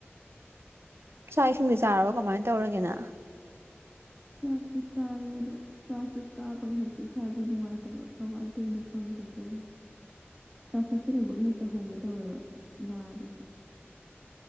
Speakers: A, on the right; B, in the centre.
A: ꯆꯥꯛ ꯏꯁꯤꯡꯗꯤ ꯆꯥꯔꯕꯣ ꯀꯃꯥꯏꯅ ꯇꯧꯔꯒꯦ ꯅꯪ
B: ꯆꯥꯛꯁꯦ ꯆꯥꯔꯦ ꯑꯗꯣ ꯆꯥꯛꯁꯦ ꯆꯥꯕꯒ ꯍꯦꯛꯇ ꯏꯁꯥꯁꯦ ꯅꯨꯡꯉꯥꯏꯇꯕ ꯀꯃꯥꯏ ꯇꯣꯏꯅꯣ ꯈꯪꯗ꯭ꯦ ꯇꯧꯁꯦ ꯆꯥꯈꯠꯁꯤꯜꯂꯨꯕꯒ ꯍꯦꯛꯇ ꯍꯧꯒꯦ ꯇꯧꯋꯦꯕ ꯅꯥꯕꯁꯦ